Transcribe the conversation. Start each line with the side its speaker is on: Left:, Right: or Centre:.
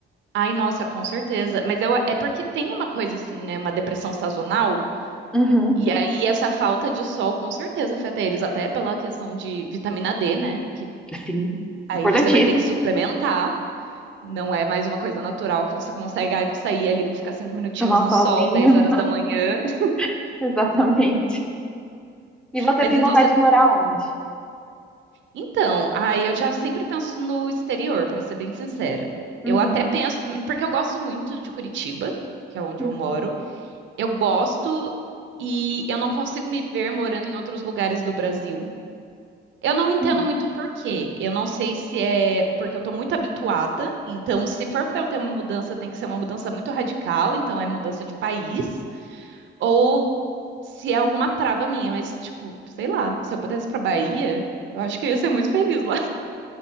Right: Ai, nossa, com certeza. Mas eu, é porque tem uma coisa assim, né? Uma depressão sazonal.
Centre: Uhum.
Right: E aí, essa falta de sol com certeza afeta eles, até pela questão de vitamina D, né? Que
Centre: Sim.
Right: aí
Centre: Importantíssimo.
Right: você vai ter que suplementar. Não é mais uma coisa natural que você consegue. Ai, vou sair ali, vou ficar cinco minutinhos
Centre: Tomar
Right: no
Centre: um solzinho.
Right: sol, 10 horas da manhã. <laughs>
Centre: <laughs> Exatamente. E você
Right: Mas
Centre: tem
Right: então
Centre: vontade
Right: você
Centre: de morar onde?
Right: Então, aí eu já sempre penso no exterior, pra ser bem sincera.
Centre: Uhum,
Right: Eu até penso, porque eu gosto muito de Curitiba, que é onde
Centre: uhum.
Right: eu moro. Eu gosto e eu não consigo me ver morando em outros lugares do Brasil. Eu não entendo
Centre: Hum.
Right: muito por quê. Eu não sei se é porque eu tô muito habituada. Então, se for pra eu ter uma mudança, tem que ser uma mudança muito radical, então é mudança de país, ou se é alguma trava minha, mas tipo, sei lá, se eu pudesse ir pra Bahia, eu acho que eu ia ser muito feliz lá.